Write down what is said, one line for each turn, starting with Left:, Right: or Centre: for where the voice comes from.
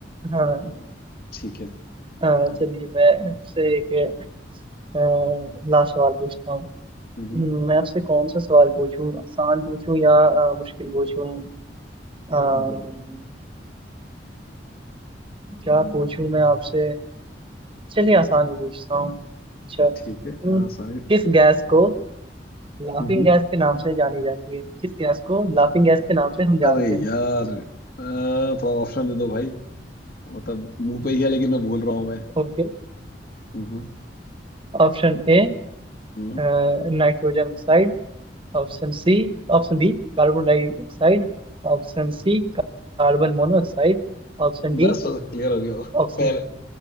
Right: हाँ
Left: अ, ठीक है
Right: अ,
Left: अब
Right: चलिए मैं आपसे एक अ, लास्ट सवाल पूछता हूँ
Left: हम्म
Right: हम्म, मैं आपसे कौन सा सवाल पूछूं आसान पूछूं या अ, मुश्किल पूछूं अम्म,
Left: दे-
Right: क्या पूछूं मैं आपसे चलिए आसान ही पूछता हूँ अच्छा हम्म,
Left: ठीक है हाँ सारे
Right: किस गैस को लाफिंग
Left: हम्म
Right: गैस के नाम से जानी जाती है किस गैस को लाफिंग गैस के नाम से हम जानते
Left: अरे
Right: हैं
Left: यार अ, थोड़ा ऑप्शन दे दो भाई मतलब मुंह पे ही है लेकिन मैं भूल रहा हूँ मैं
Right: Okay
Left: हम्म
Right: Option A
Left: हम्म
Right: Nitrogen oxide Option C Option B carbon dioxide Option C carbon monoxide Option
Left: बस
Right: D
Left: क्लियर हो गया
Right: oxygen
Left: पहल,